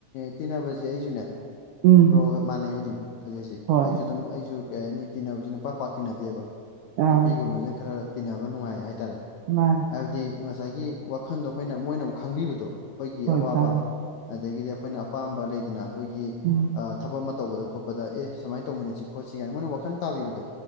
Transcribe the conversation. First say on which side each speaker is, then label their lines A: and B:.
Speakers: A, on the left; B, on the right.
A: ꯇꯤꯟꯅꯕꯁꯦ ꯑꯩꯁꯨꯅꯦꯕ꯭ꯔꯣ
B: ꯎꯝ
A: ꯃꯥꯟꯅꯩꯑꯕ ꯑꯗꯨꯝ ꯈꯖꯤꯛ ꯈꯖꯤꯛ
B: ꯍꯣꯏ
A: ꯑꯩꯁꯨ ꯑꯗꯨꯝ ꯑꯩꯁꯨ ꯀꯩ ꯍꯥꯏꯅꯤ ꯇꯤꯟꯅꯕꯁꯤꯅ ꯄꯥꯛ ꯄꯥꯛ ꯇꯤꯟꯅꯗꯦꯕ
B: ꯑꯥ
A: ꯅꯨꯄꯤꯒꯨꯝꯕꯁꯦ ꯈꯔ ꯇꯤꯟꯅꯕ ꯅꯨꯡꯉꯥꯏꯌꯦ ꯍꯥꯏꯇꯥꯔꯦ
B: ꯃꯥꯅꯦ
A: ꯍꯥꯏꯕꯗꯤ ꯉꯁꯥꯏꯒꯤ ꯋꯥꯈꯟꯗꯣ ꯑꯩꯈꯣꯏꯅ ꯃꯣꯏꯅ ꯑꯃꯨꯛ ꯈꯪꯕꯤꯕꯗꯣ ꯑꯩꯈꯣꯏꯒꯤ
B: ꯍꯣꯏ
A: ꯑꯋꯥꯕ
B: ꯀꯥꯅꯤ
A: ꯑꯗꯒꯤꯗꯤ ꯑꯩꯈꯣꯏꯅ ꯑꯄꯥꯝꯕ ꯂꯩꯗꯅ ꯑꯩꯈꯣꯏꯒꯤ
B: ꯎꯝ
A: ꯊꯕꯛ ꯑꯃ ꯇꯧꯕꯗ ꯈꯣꯠꯄꯗ ꯑꯦ ꯁꯨꯃꯥꯏꯅ ꯇꯧꯃꯤꯟꯅꯁꯤ ꯈꯣꯠꯁꯤ ꯀꯥꯏꯅ ꯃꯣꯏꯅ ꯋꯥꯈꯟ ꯇꯥꯕꯤꯕꯗꯣ